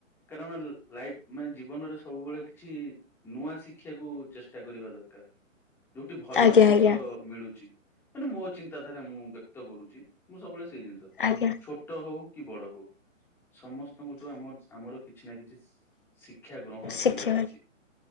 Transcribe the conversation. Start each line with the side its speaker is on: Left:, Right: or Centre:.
Centre: କାରଣ ଲାଇଫ ମାନେ ଜୀବନରେ ସବୁବେଳେ କିଛି ନୂଆ ଶିଖିବାକୁ ଚେଷ୍ଟା କରିବା ଦରକାର। ଯୋଉଠି ଭଲ
Left: ଆଜ୍ଞା
Centre: ଜିନିଷ
Left: ଆଜ୍ଞା
Centre: ମିଳୁଛି ମାନେ ମୋ ଚିନ୍ତାଧାରା ମୁଁ ବ୍ୟକ୍ତ କରୁଛି ମୁଁ ସବୁବେଳେ ସେଇ ଜିନିଷ
Left: ଆଜ୍ଞା
Centre: ଛୋଟ ହଉ କି ବଡ ହଉ ସମସ୍ତଙ୍କଠୁ ଆମ ଆମର କିଛି ନା କିଛି ଶିକ୍ଷା ଗ୍ରହଣ
Left: ଶିଖିବା
Centre: କରିବାର ଅଛି।